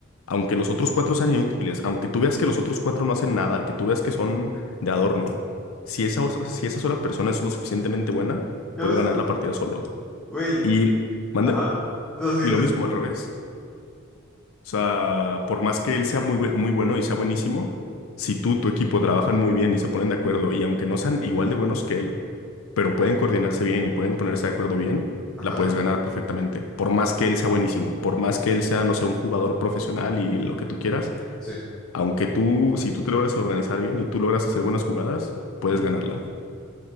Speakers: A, on the left (about 80°); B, in the centre.
A: Aunque los otros cuatro sean inútiles, aunque tú veas que los otros cuatro no hacen nada, que tú veas que son de adorno, si esa, os- si esa sola persona es lo suficientemente buena,
B: Ya
A: puede
B: ves,
A: ganar
B: que, güey.
A: la partida solo.
B: Güey,
A: Y, mande,
B: Ajá. No, sí
A: y
B: les.
A: lo mismo al revés. O sea, por más que él sea muy, bu- muy bueno y sea buenísimo, si tú, tu equipo trabajan muy bien y se ponen de acuerdo, y aunque no sean igual de buenos que él, pero pueden coordinarse bien y pueden ponerse de acuerdo bien,
B: Ajá,
A: la puedes ganar perfectamente. Por más que él sea buenísimo, por más que él sea, no sé, un jugador profesional y lo que tú quieras,
B: sí.
A: aunque tú, si tú te logras organizar bien y tú logras hacer buenas jugadas, puedes
B: Ujú.
A: ganarla.